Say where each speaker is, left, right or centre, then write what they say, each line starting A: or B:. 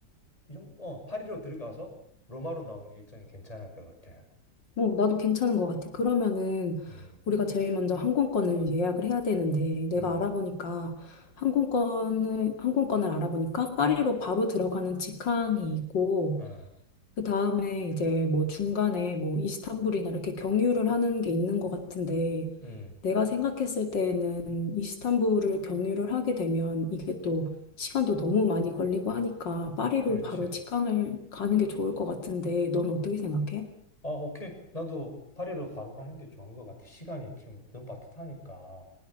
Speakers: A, on the left; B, on the left.
A: 이 정도 어, 파리로 들어가서 로마로 나오는 일정이 괜찮을 것 같아.
B: 어, 나도 괜찮은 것 같아. 그러면은
A: 음.
B: 우리가 제일 먼저 항공권을 예약을 해야 되는데 내가
A: 음.
B: 알아보니까 항공권을 항공권을 알아보니까 파리로 바로 들어가는 직항이 있고
A: 아.
B: 그 다음에 이제 뭐 중간에 뭐 이스탄불이나 이렇게 경유를 하는 게 있는 것 같은데
A: 음.
B: 내가 생각했을 때는 이스탄불을 경유를 하게 되면 이게 또 시간도 너무 많이 걸리고 하니까 파리로
A: 그렇지.
B: 바로 직항을 가는 게 좋을 것 같은데 넌 어떻게 생각해?
A: 아, 오케이. 나도 파리로 바로 가는 게 좋은 것 같아. 시간이 지금 너무 빠듯하니까.